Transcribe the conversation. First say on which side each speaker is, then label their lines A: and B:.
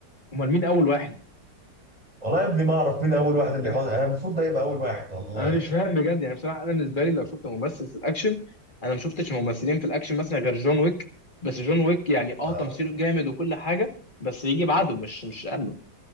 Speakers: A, on the left; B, on the right.
A: امال مين اول واحد
B: والله يا ابني ما اعرف مين اول واحد اللي
A: <laughs>
B: حوض انا المفروض ده يبقى اول واحد والله
A: انا
B: يعني
A: مش فاهم بجد يعني بصراحه انا بالنسبه لي لو شفت ممثل في الاكشن انا ما شفتش ممثلين في الاكشن مثلا غير جون ويك بس جون ويك يعني اه
B: آه
A: تمثيله جامد وكل حاجه بس يجي بعده مش مش قبله